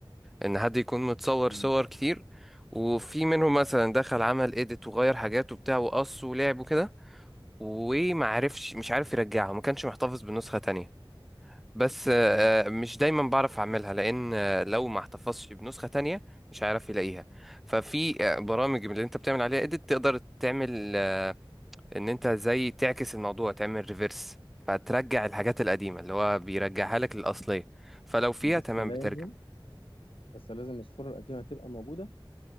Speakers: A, in the centre; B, on the left.
A: ان حد يكون متصور
B: مم.
A: صور كتير وفي منهم مثلا دخل عمل اديت وغير حاجات وبتاع وقص ولعب وكده ومعرفش مش عارف يرجعها ما كانش محتفظ بنسخة تانية بس آه،
B: مم.
A: آه، مش دايما بعرف اعملها لان آه، لو ما احتفظتش بنسخة تانية مش هعرف يلاقيها ففي آه، برامج من اللي انت بتعمل عليها اديت تقدر تعمل آه، ان انت زي تعكس الموضوع تعمل ريفرس فترجع الحاجات القديمة اللي هو بيرجعها لك للأصلية فلو فيها
B: بس
A: تمام
B: لازم
A: بترجع
B: بس لازم الصوره القديمه تبقى موجوده